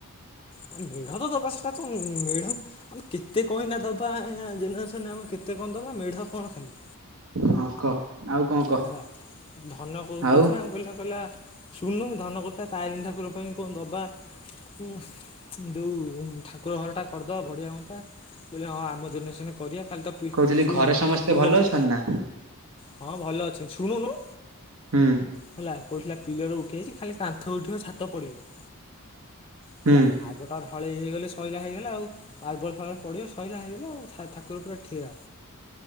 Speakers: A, on the left; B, on the right.
A: ଆରେ ମେଢ ତ ଦବା ସେଟା ତ ମେଢ ଆମେ କେତେ କହିନା ଦବା ଆ ଜିନସ୍ ଆମେ କେତେ କଣ ଦବା ମେଢ଼ କଣ ଖାଲି?
B: ହଁ କହ ଆଉ କଣ? କହ?
A: ହେଲା ଧନ କହୁ
B: ଆଉ
A: କହୁଥିଲା କହିଲା କହିଲା ସୁନୁଣୁ ଧନ କରୁଥିଲା ତାରିଣୀ ଠାକୁର ପାଇଁ କଣ ଦବା? ଓହୋ ଯୋଉ ଠାକୁର ଘରଟା କରିଦେବା ବଢ଼ିଆ ହୁଅନ୍ତା। କହିଲେ ହଁ ଆମ ଜେନେରେସନ କରିବା ଖାଲି ପି
B: କହୁଥିଲି
A: ଶୁଣୁ
B: ଘରେ ସମସ୍ତେ
A: ଖାଲି ତ ପିଲର
B: ଭଲ ଅଛନ୍ତି ନା?
A: ହଁ ଭଲ ଅଛନ୍ତି ଶୁଣୁନୁ।
B: ହୁଁ।
A: ହେଲା କହୁଥିଲା ପିଲର ଉଠି ଯାଇଚି ଖାଲି କାନ୍ଥ ଉଠିବ ଛାତ ପଡିବ। ହେଲା
B: ହୁଁ
A: ଆଗ ହଁ ଢଳେଇ ହେଇଗଲେ ସଇଲା ହୋଇଗଲା ଆଉ ମାର୍ବଲ ଫାର୍ବଲ ପଡ଼ିବ ସଇଲା ହେଇଗଲା ଆଉ ଠା ଠାକୁର ପୁରା ଠିଆ।